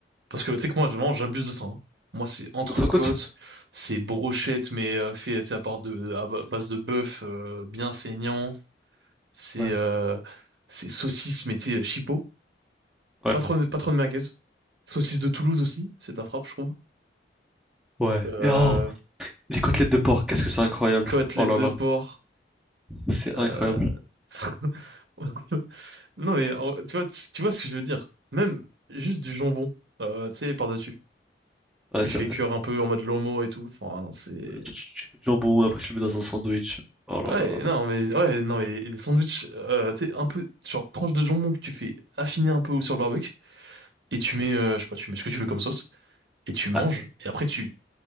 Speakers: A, on the right (about 75°); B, in the centre.
A: Parce que tu sais que moi, vraiment, j'abuse de ça. hein. Moi, c'est entrecôte,
B: Une autre côte?
A: c'est brochette, mais euh, fait tu sais, à part de, à ba- base de bœuf, euh, bien saignant. C'est
B: Ouais.
A: euh, c'est saucisse, mais tu sais, euh, chipot.
B: Ouais.
A: Pas trop, de- pas trop de merguez. Saucisse de Toulouse aussi, c'est de la frappe, je trouve.
B: Ouais.
A: Euh,
B: Et oh, les côtelettes de porc, qu'est-ce que c'est incroyable.
A: côtelette
B: Oh là
A: de
B: là.
A: porc.
B: C'est
A: Euh...
B: incroyable.
A: <laughs> Non, mais en- tu vois, tu, tu vois ce que je veux dire. Même juste du jambon, euh, tu sais, par-dessus.
B: Ouais,
A: que
B: c'est
A: tu fais
B: vrai.
A: cuire un peu en mode lomo et tout. Enfin, non, c'est...
B: Tu tu- tu coupes du jambon, après tu le mets dans un sandwich. Oh là
A: Ouais,
B: là là
A: non,
B: là.
A: mais, ouais, non, mais les sandwichs, euh, tu sais, un peu, genre, tranche de jambon que tu fais affiner un peu sur le barbecue, et tu mets, euh, je sais pas, tu mets ce que tu veux comme sauce, et tu manges,
B: Ah,
A: et après tu,